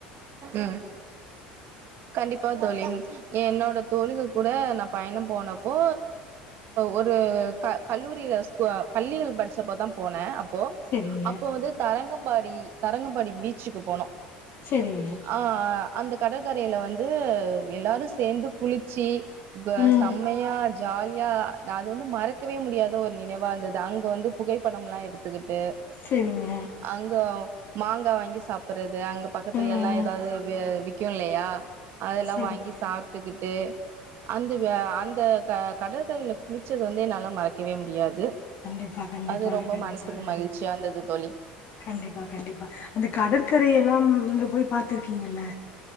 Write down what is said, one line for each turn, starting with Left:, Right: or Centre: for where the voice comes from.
Right: ம் கண்டிப்பா தோழி என்னோட தோழிகள் கூட நா பயணம் போனப்போ ஒரு கல்லூரியில பள்ளிகள் படிச்சப்போதா போன போ
Left: சரிங்க
Right: அப்போ வந்து தரங்கம் பாடி தரங்க பாடி பி ச்சுக்கு போனோ
Left: சரிங்க
Right: ஆ அந்த கடற்கரையில வந்து எல்லாரு சேந்து குளிச்சு ங்கோ
Left: ம்
Right: செம்மையா <unintelligible> ஜாலியா நா அது வந்து மறக்கவே முடியாத ஒரு நினைவாந்தது அங்க வந்து புகைப்படம் எல்லா எடுத்துக்கிட் டு
Left: சரிங்க
Right: அங்க மாங்கா வாங்கி ஸ் சாப்பறத் இது அங்க பக்கத்துல
Left: ம்.
Right: எல்லா ஏதாவது வே விக் கியுன்லையா அதெல்லா
Left: செரிங்க
Right: வாங்கி சாப்ட்டுக்கிட்டு அந்து விய அந்த க கடற்கரையில் குளிச்சது வந்து என்னால மறக்கவே முடியாது
Left: கண்டிப்பா கண்டிப்பாக
Right: அது ரொம்ப
Left: கண்டிப்பாக
Right: மனசுக்கு மகிழ்ச்சியா இருந்தது தோழி
Left: கண்டிப்பா கண்டிப்பா அந்தக் கடற்கரைைய எல்லா நீங்க போய் பாத்திருக்க ங்களல்ல